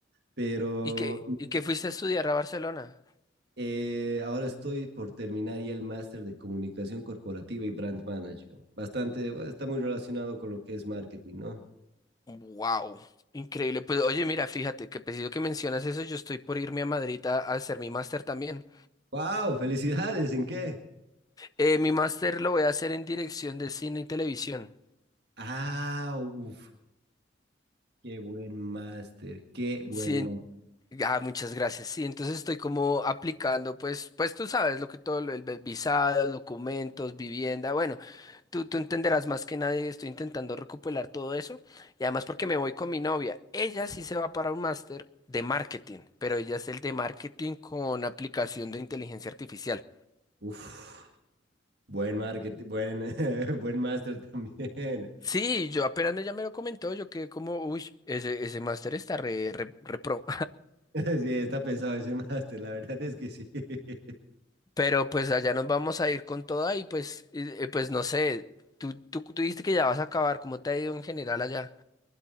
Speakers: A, on the right; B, on the left.
A: Pero
B: ¿Y que y que fuiste a estudiar a Barcelona?
A: eh, ahora estoy por terminar ya el máster de comunicación corporativa y brand management. Bastante, bueno, está muy relacionado con lo que es marketing, ¿no?
B: Wow, increíble. Pues oye, mira, fíjate que preciso que mencionas eso, yo estoy por irme a Madrid a a hacer mi máster también.
A: ¡Wow! ¡Felicidades! ¿En qué?
B: Eh, mi máster lo voy a hacer en dirección de cine y televisión.
A: ¡Ah! ¡Uf! ¡Qué buen máster! ¡Qué buen
B: Sí,
A: máster!
B: en- ah, muchas gracias. Sí, entonces estoy como aplicando, pues, pues tú sabes lo que todo, lo- el el visado, documentos, vivienda, bueno, tú, tú entenderás más que nadie, estoy intentando recopilar todo eso. Y además porque me voy con mi novia, ella sí se va para un máster de marketing, pero ella es el de marketing con aplicación de inteligencia artificial.
A: ¡Uf! Buen marketing, buen, <laughs> buen máster también.
B: Sí, yo apenas ella me lo comentó, yo quedé como, uy, ese, ese máster está re, re, re pro.
A: <laughs> Sí, está pesado ese <laughs> máster, la verdad es que sí. <laughs>
B: Pero pues allá nos vamos a ir con toda y pues, y- y, pues no sé, tú, tú, tú dijiste que ya vas a acabar, ¿cómo te ha ido en general allá?